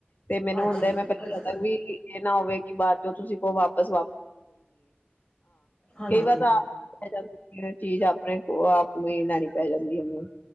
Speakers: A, on the left; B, on the left.
A: ਤੇ ਮੈਨੂੰ
B: ਅੱਛਾ
A: ਹੁੰਦਾ
B: ਜੀ
A: ਮੈਂ ਪਹਿ
B: ਅੱਛਾ ਜੀ
A: ਕ ਵੀ ਇਹ ਨਾ ਹੋਵੇ ਕਿ ਬਾਅਦ ਚ ਤੁਸੀਂ ਕੋ ਵਾਪਸ।
B: ਹਾਂਜੀ
A: ਕਈ ਵਾਰ
B: ਹਾਂਜੀ
A: ਤਾਂ ਪੈ ਜਾਂਦੀ ਏ ਚੀਜ਼ ਆਪਣੇ ਕੋ ਆਪ ਨੂੰ ਹੀ ਲੈਣੀ ਪੈ ਜਾਂਦੀ ਉਹਨੂੰ